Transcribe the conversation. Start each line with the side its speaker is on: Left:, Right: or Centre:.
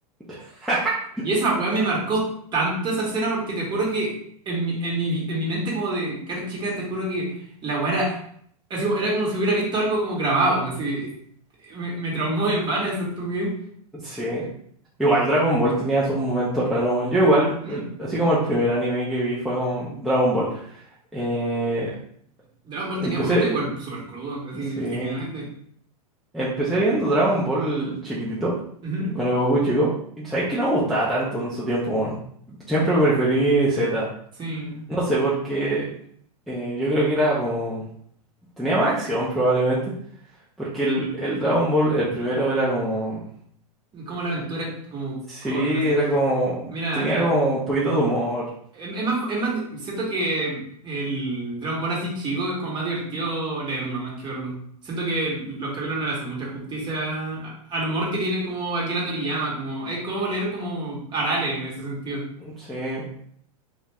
Centre: <laughs>
Right: Y esa weá me marcó tanto esa escena porque te juro que en mi, en mi, en mi mente como de cara chica, te juro que la weá era, así como, era como si hubiera visto algo como grabado, así. Me, me traumó de pana esa estupidez.
Centre: Sí. Igual Dragon Ball tenía sus momentos raros, weón. Yo igual,
Right: Mm.
Centre: el- así como el primer anime que vi fue con Dragon Ball. Eh,
Right: Dragon Ball
Centre: empecé,
Right: tenía momentos igual súper crudos, así,
Centre: sí,
Right: genuinamente.
Centre: empecé viendo Dragon Ball chiquitito,
Right: Ujú.
Centre: con el Goku chico. Y sabes que no me gustaba tanto en su tiempo, weón. Siempre preferí Z.
Right: Sí,
Centre: No sé, porque eh, yo creo que era como... Tenía más acción probablemente. Porque el, el Dragon Ball, el primero era como...
Right: como la aventura es como
Centre: Sí,
Right: corta, así.
Centre: era como...
Right: Mira,
Centre: Tenía
Right: en-
Centre: como un poquito de humor.
Right: Es, es más, es más, siento que el Dragon Ball así chico es como más divertido leerlo más que verlo. Siento que los capítulos no le hacen mucha justicia a- al humor que tiene como Akira Toriyama, como es como leer como Arale en ese sentido.
Centre: Sí.